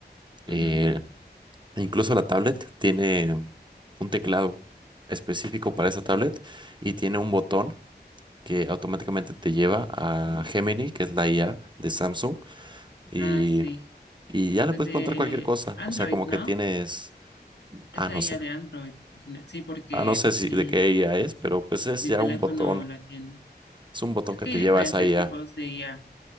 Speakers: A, on the right; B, on the left.
A: eh,
B: ujú.
A: E incluso la tablet tiene un teclado específico para esa tablet y tiene un botón que automáticamente te lleva a Gemini, que es la IA de Samsung, y,
B: Ah, sí.
A: y ya le
B: Pues
A: puedes
B: de
A: preguntar cualquier cosa.
B: Android,
A: O sea, como
B: ¿no?
A: que tienes, ah,
B: Es la
A: no
B: IA
A: sé,
B: de Android. en general. Sí, porque
A: ah, no sé si
B: mi,
A: de qué IA es, pero pues es
B: mi
A: ya
B: teléfono
A: un botón,
B: la tiene.
A: es un botón
B: Creo
A: que
B: que
A: te
B: hay
A: lleva
B: diferentes
A: a esa IA.
B: tipos de IA.